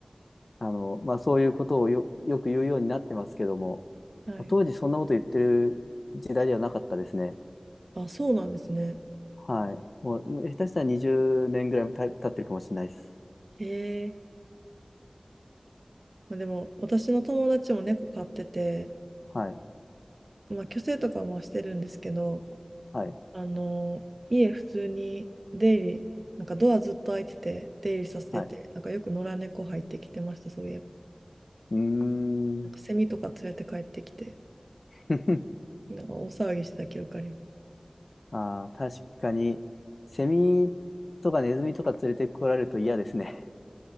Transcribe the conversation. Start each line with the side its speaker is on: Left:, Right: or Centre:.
Left: あの、まあ、そういうことをよ、よく言うようになってますけども、
Right: はい。
Left: まあ、当時そんなこと言ってる時代ではなかったですね。
Right: あ、そうなんですね。
Left: はい。もう、下手したら20年ぐらいた経ってるかもしれないです。
Right: へえ。まあ、でも、私の友達も猫飼ってて、
Left: はい。
Right: まあ、去勢とかもしてるんですけど、
Left: はい。
Right: あの、家普通に出入り、なんかドアずっと開いてて、出入りさせてて、
Left: はい。
Right: なんかよく野良猫入ってきてました、そういえば。
Left: うーん。
Right: なんかセミとか連れて帰ってきて。
Left: <laughs>
Right: なんか大騒ぎしてた記憶ありま
Left: ああ、確かに、セミとかネズミとか連れてこられると嫌ですね。